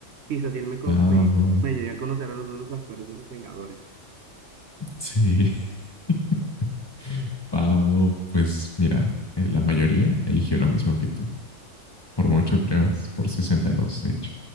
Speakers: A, on the right (about 60°); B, on the left (about 20°).
A: quizás él me, co-
B: Vamos.
A: me, me llegue a conocer a los otros actores de Los Vengadores.
B: Sí. <laughs> Vamos. Pues mira, eh, la mayoría eligió lo mismo que tú. Por mucho,
A: Ah,
B: creo. Por sesenta y dos de hecho.